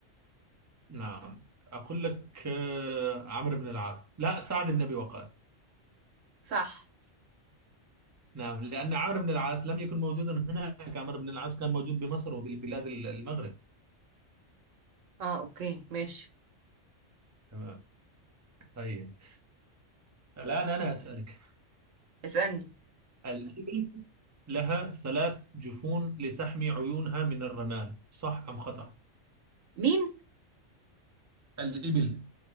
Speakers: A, on the right (about 15°); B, on the right (about 85°).
A: نعم أقول لك آه، عمرو بن العاص لا سعد بن أبي وقاص
B: صح
A: نعم لأن عمرو بن العاص لم يكن موجودا هناك عمرو بن العاص كان موجود بمصر وبالبلاد ال- المغرب
B: اه اوكي ماشي
A: تمام طيب الآن أنا أسألك
B: اسألني
A: الإبل لها ثلاث جفون لتحمي عيونها من الرمال صح أم خطأ؟
B: مين
A: الإبل